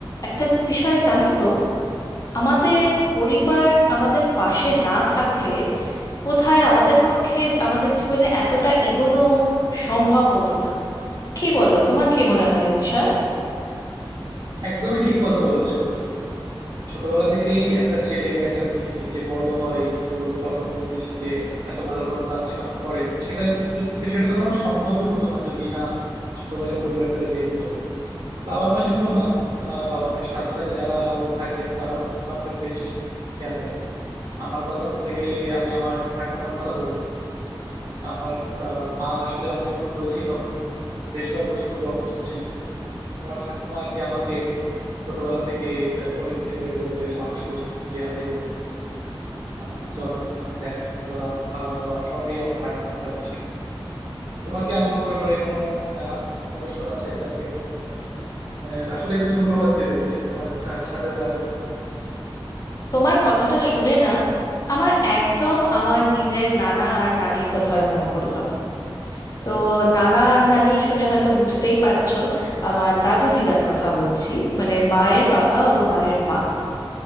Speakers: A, on the left (about 40°); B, on the right (about 65°).
A: একটা বিষয় জানো তো আমাদের পরিবার আমাদের পাশে না থাকলে কোথায় আমাদের পক্ষে আমাদের জীবনে এতটা এগোনো সম্ভব হতো না কি বলো তোমার কি মনে হয় এ বিষয়ে
B: একদমই ঠিক কথা বলেছো ছোটবেলা থেকেই একটা ছেলে বা একটা মেয়ে যে বড় হয় এবং পরবর্তীতে সে যে এত ভালো ভালো কাজ কাম করে সেটা কিন্তু- সেটা তো কখনো সম্ভবই হতো না যদি না ছোটবেলায় পরিবার তাকে দেখতো বাবা মাই শুধু না আহ, বাবা মায়ের সাথে সাথে যারা আরো থাকেন তারাও কিন্তু আমাদের বেশ খেয়াল রাখে আমার কথা বলতে গেলে আমি আমার ঠাকুমার কথা বলবো কারণ আমার আহ, মা আসলে আমি যখন হয়েছি তখন বেশ কয়েক বছর খুব অসুস্থ ছিলেন তোমার ঠাকুমাকে আমাকে ছোটবেলা থেকে আহ, কোলে পিঠে করে বলতে গেলে মানুষ করছেন নিজে হাতে করে একেবারে। আমার তো যত্ন নিয়ে আমার দেখাশোনা করা আমার খাওয়া দাওয়া সবই আমার ঠাকুমার কাছে ছিল তোমার কি এমন পরিবারে কোনো আহ সদস্য আছে যাকে তোমার মানে আসলে তুমি ধন্যবাদ দেবে যে তোমার সা- সাথে থাকার জন্য
A: তোমার কথাটা শুনে না আমার একদম আমার নিজের নানা আর নানির কথার মনে পড়লো তো নানা আর নানি শুনে হয়তো বুঝতেই পারছো আমার দাদু দিদার কথা বলছি মানে মায়ের বাবা ও মায়ের মা